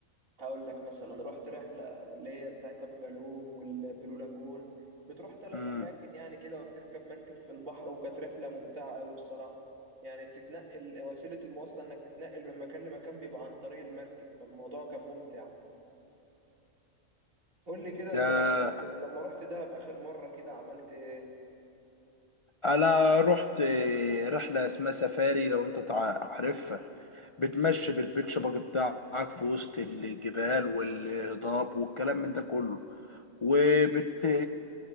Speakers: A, on the right; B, on the left.
A: هقول لك مثلا رحت رحلة اللي هي بتاعت أبو جالوم والبلو لاجون بتروح ثلاث
B: امم
A: أماكن يعني كده وبتركب مركب في البحر وكانت رحلة ممتعة أوي بصراحة يعني بتتنقل وسيلة المواصلة إنك تتنقل من مكان لمكان بيبقى عن طريق المركب فالموضوع كان ممتع قول لي كده أنت
B: ده
A: لما رحت لما رحت دهب آخر مرة كده عملت إيه؟
B: انا رحت رحله اسمها سفاري لو انت تع- عارفها بتمشي بالبيتش باجي بتاعك في وسط الجبال والهضاب والكلام من ده كله وبت